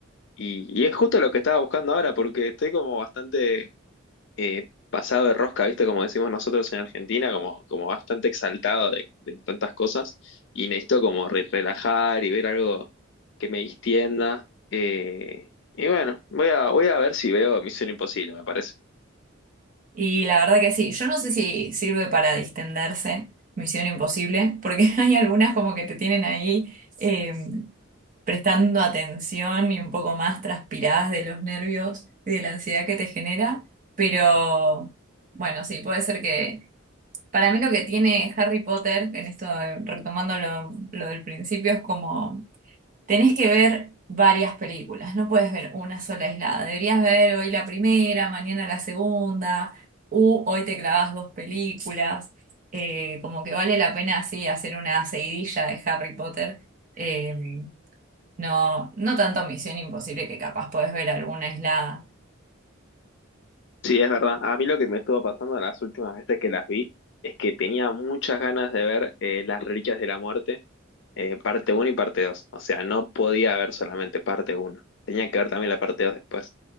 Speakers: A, on the left; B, on the right.
A: Y, y es justo lo que estaba buscando ahora, porque estoy como bastante eh, pasado de rosca, ¿viste? Como decimos nosotros en Argentina, como, como bastante exaltado de, de tantas cosas. Y necesito como re- relajar y ver algo que me distienda. Eh, y bueno, voy a, voy a ver si veo Misión Imposible, me parece.
B: Y la verdad que sí, yo no sé si sirve para distenderse, Misión Imposible, porque <laughs> hay algunas como que te tienen ahí eh, prestando atención y un poco más transpiradas de los nervios y de la ansiedad que te genera, pero bueno, sí, puede ser que... Para mí lo que tiene Harry Potter, en esto eh, retomando lo, lo del principio, es como Tenés que ver varias películas, no puedes ver una sola aislada. Deberías ver hoy la primera, mañana la segunda, u hoy te clavas dos películas. Eh, como que vale la pena así hacer una seguidilla de Harry Potter. Eh, no, no tanto Misión Imposible que capaz podés ver alguna aislada.
A: Sí, es verdad. A mí lo que me estuvo pasando las últimas veces que las vi es que tenía muchas ganas de ver eh, Las Reliquias de la Muerte, eh, parte uno y parte 2. O sea, no podía ver solamente parte uno. Tenía que ver también la parte 2 después.